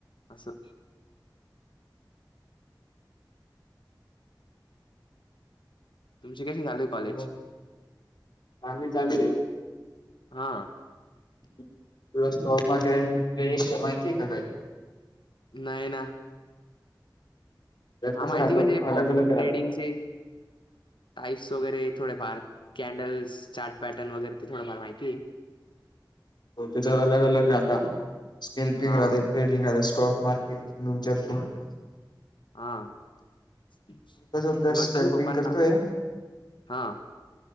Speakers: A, on the left; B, on the left.
A: असं तुमचे कशी झाले. कॉलेज?
B: म काम च <unintelligible>
A: हा
B: थड स्टॉक मके रजश शर् माती काही <unintelligible>
A: नाहीय ना
B: त्यात
A: हा
B: कसं
A: माहिती
B: राहतं
A: म्हणजे
B: अलग
A: ट्रेडिंगचे,
B: अलग राहतं
A: टाईप्स वगैरे थोडेफार कॅन्डल्स चार्ट पॅटर्न वगैरे ते थोडफार माहितीय.
B: हो त्याचा अलग अलग राहात स्केल् पिंग
A: हां,
B: राहते. Trading or stock market mutual fund,
A: हा मी
B: कसं तर
A: म्हटलं
B: स्कॅल्पिंग
A: ना पप्पाना
B: करतोय
A: हा